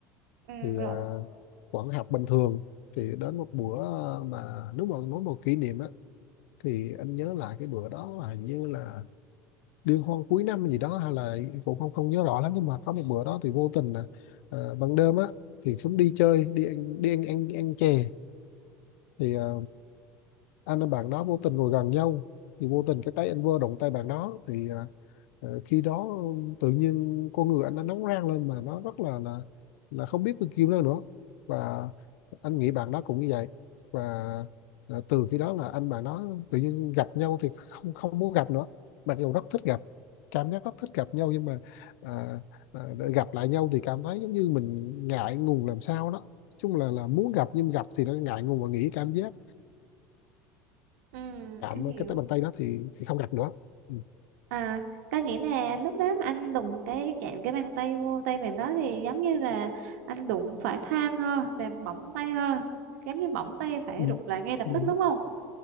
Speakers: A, on the right; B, on the left.
A: ừ,
B: thì
A: rồi
B: à, vẫn học bình thường thì đến một bữa à, mà nếu mà nói một kỷ niệm á thì anh nhớ lại cái bữa đó là hình như là liên hoan cuối năm gì đó hay là cũng không không nhớ rõ lắm nhưng mà có một bữa đó thì vô tình là à, ban đêm á thì cũng đi chơi đi ăn đi ăn ăn, ăn chè thì à, anh và bạn đó vô tình ngồi gần nhau thì vô tình cái tay anh vơ đụng tay bạn đó thì à, Ờ, khi đó tự nhiên con người anh nó nóng rang lên mà nó rất là là là không biết bao nhiêu nữa nữa và anh nghĩ bạn đó cũng như vậy và ờ, từ khi đó là anh bạn đó tự nhiên gặp nhau thì không không muốn gặp nữa mặc dù rất thích gặp cảm giác rất thích gặp nhau nhưng mà à, à, để gặp lại nhau thì cảm thấy giống như mình ngại ngùng làm sao đó nói chung là là muốn gặp nhưng gặp thì nó ngại ngùng và nghĩ cảm giác
A: ừ,
B: chạm
A: em hiểu
B: cái tay bàn tay đó thì thì không gặp nữa ừ.
A: à có nghĩa là lúc đó mà anh đụng cái chạm cái bàn tay vô tay bạn đó thì giống như là anh đụng phải than ha làm bỏng tay ha giống như bỏng tay phải
B: Ừ.
A: rụt lại ngay lập
B: Ừ.
A: tức đúng không